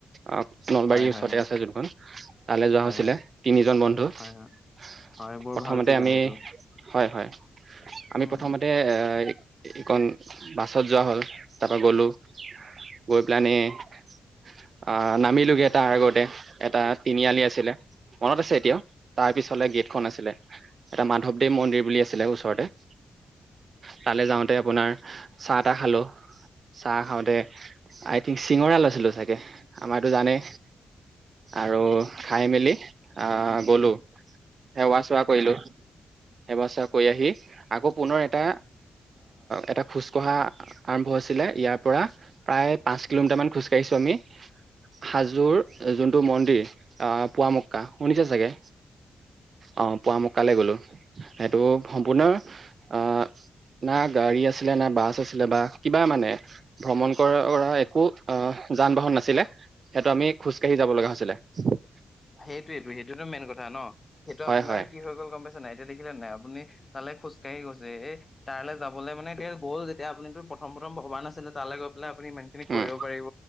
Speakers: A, on the right; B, on the left.
A: অ। নলবাৰীৰ
B: হয়, হয়,
A: ওচৰতে
B: হয়।
A: আছে যোনখন তালৈ যোৱা
B: হয়,
A: হৈছিলে
B: হয়।
A: তিনিজন বন্ধু
B: হয়, হয়।
A: প্ৰথমতে
B: হয়, বৰ ভাল জেগা
A: আমি
B: সেইটো।
A: হয় হয় আমি
B: উম।
A: প্ৰথমতে এ এইকন বাছত যোৱা হ'ল তাৰ পৰা গ'লো গৈ পেলানে অ নামিলোগে তাৰ আগতে এটা তিনিআলি আছিলে মনত আছে এতিয়াও তাৰ পিছলে গেটখন আছিলে এটা মাধৱদেৱ মন্দিৰ বুলি আছিলে ওচৰতে উ তালৈ যাওঁতে আপোনাৰ চাহ টা খালো চাহ খাওঁতে আই থিংক চিঙৰা লৈছিলো চাগে আমাৰতো জানেই আৰু খাই মেলি আহ গলো সেৱা চেৱা কৰিলো সেৱা চেৱা কৰি আহি আকৌ পুনৰ এটা এটা খোজকঢ়া আৰম্ভ হৈছিলে ইয়াৰ পৰা প্ৰায় পাঁচ কিলোমিটাৰ মান খোজকাঢ়িছো আমি হাজোৰ যোন ুটো মনডিৰ <unintelligible> অ পুৱ মক্কা শুনিছে চাগে অ পুৱা ম্কা কালে গ'লো <unintelligible> সেইটো সম্পূৰ্ণ অ নাক গাড়ী আছিলে না বাছ আছিলে বা কিবা মানে ভ্ৰমণ কৰা কৰা একো অ যান বাহন নাছিলে সেইটো আমি খোজকাঢ়ি যাব লগা হৈছিলে অ
B: সেইটোয়ে সেইটোতো মেইন কথা ন সেইটো
A: হয়
B: আপোনাৰ
A: হয়
B: কি হৈ গ'ল গম পাইছো নাই এতিয়া দেখিলে নাই আপুনি তালৈ খোজকাঢ়ি গৈছে এ তালৈ যাবলৈ মানে এয়া গ'ল যেতিয়া আপুনিতো প্ৰথম প্ৰথম ভবা নাছিলে তালৈ গৈ আপুনি ইমান খিনি
A: উম
B: কৰিব পাৰিব